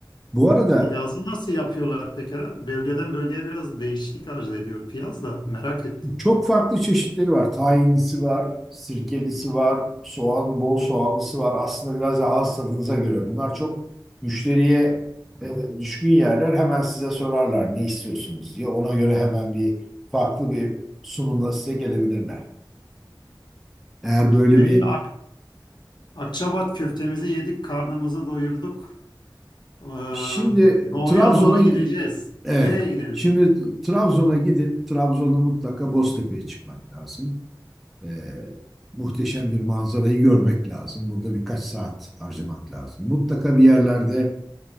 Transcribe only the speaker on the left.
Piyazı nasıl yapıyorlar pekala? Bölgeden bölgeye biraz değişiklik arz ediyor piyaz da merak ettim.
E,
Ak- Akçabat köftemizi yedik, karnımızı doyurduk. Ee,
doğuya
doğru gideceğiz.
Nereye gidelim?